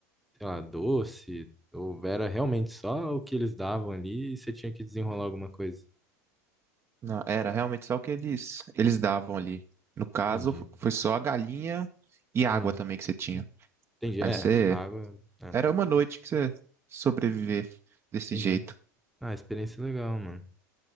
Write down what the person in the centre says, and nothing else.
Sei lá, doce? Ou era realmente só o que eles davam ali e você tinha que desenrolar alguma coisa?
Entendi.
Hum,
entendi.
É,
água. É,
entendi.
Entendi.
Ah, experiência legal, mano.